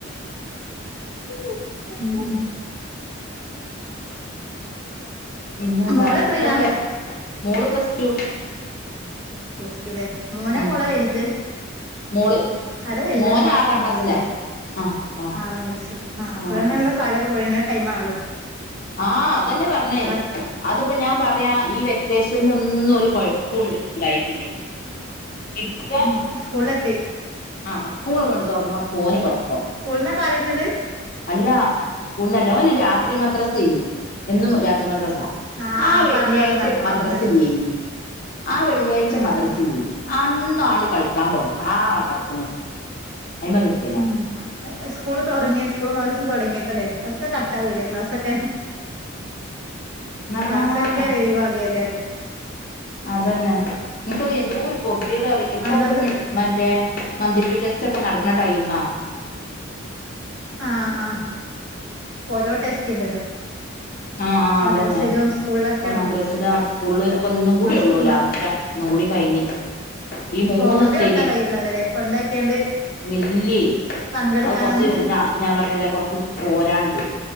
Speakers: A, on the right; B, on the left.
A: <inaudible>
B: പിന്നെന്താ
A: മോള്
B: അടുത്തൊക്കെ
A: എത്രയിലാ
B: മോള് പ്ലസ് ടു
A: പ്ലസ് ടു ലെ മോനാ
B: ഉം
A: മോളാ വൽത്
B: മോള്
A: ആരാ വെൽത്
B: മോന്
A: മോൻ
B: ആറാം
A: മോള്
B: ക്ലാസ്സിലാ
A: ല്ലേ
B: ആ മോളാ
A: ആറാം ക്ലാസ്സിൽ ആഹ് അപ്പള
B: ആറാം
A: തന്നള്ള
B: ക്ലാസ്സില്
A: കാലൊക്കെ പൊളിയുന്ന ടൈം ആണല്ലോ.
B: ആ ഹ് അതെന്നെ പറഞ്ഞെ
A: കാൽ
B: അതിപ്പോ ഞാൻ പറയാ ഈ വെക്കേഷണലിന് ഒന്നും ഒരു കൊയപ്പും ഉണ്ടായിട്ടില്ല ഇപ്പൊ
A: ഉം സ്കൂളിലെത്തി
B: ആ സ്കൂളിങ്ങോട്ട് തുറന്നപ്പോ ഓന് കൊയപ്പം
A: സ്കൂളന്നാ കാലൊടിഞ്ഞത്
B: അല്ല സ്കൂൾന്നല്ല ഓന് രാത്രി മദ്രസ എന്നും രാത്രി മദ്രസ
A: ആ
B: ആഹ് വെള്ളിയാഴ്ച
A: പറഞ്ഞന്ന് പറഞ്ഞു
B: മദ്രസിൽ
A: ഓർമ്മണ്ട്
B: ഇല്ലായിന് ആഹ് വെള്ളിയാഴ്ച
A: ആ
B: മദ്രസിൽ
A: ആ
B: ഇല്ലയ്ന് ആഹ് അന്നാണ്ട് കളിക്കാൻ പോയത് ആഹ് കടക്കണ് അയിമ കിട്ടിയന്നാ.
A: ഉം സ്കൂള് തൊടങ്ങി സ്കൂൾ മദ്രസ്സും തുടങ്ങിയപ്പല്ലേ ഒക്കെ കാട്ടാവല്ലേ ക്ലാസ്സൊക്കെ
B: ആ
A: ക്ലാസ്സൊക്കെ <unintelligible> എല്ലാരും
B: അതന്നെ നിക്ക് എന്തോരു പൊറതീടാറിയോ ഇപ്പൊക്കെ
A: അന്നന്ന്
B: മറ്റേ മന്ത്ലി ടെസ്റ്റ് ഒക്കെ നടക്കുന്ന ടൈമാ
A: ആഹ് ആഹ് ഓരോ ടെസ്റ്റ് ഉണ്ടല്ലോ.
B: അ ആ
A: മദ്രസയിലും
B: അതന്നെ
A: സ്കൂളിലൊക്കെ
B: ഇപ്പം
A: ഉണ്ട്
B: മദ്രാസില സ്കൂൾല് ഇപ്പം ഇന്നും കൂടിള്ളൂ
A: മസ് മദ്
B: ലാസ്റ്റ ഉം കുടി കഴിഞ്ഞ് ഈ മൂന്ന്
A: കൊണ്ടോയി
B: ശനി
A: കൊടുക്കാൻ കഴിയുണ്ടാവില്ലല്ലേ കൊണ്ടാക്കിയാണ്ട്
B: മില്ലി
A: പങ്കെടുക്കാനൊന്നും
B: അത് കുറച്ച് ഞാ ഞാൻ പറഞ്ഞില്ലേ കുറച്ച് പോരാണ്ട്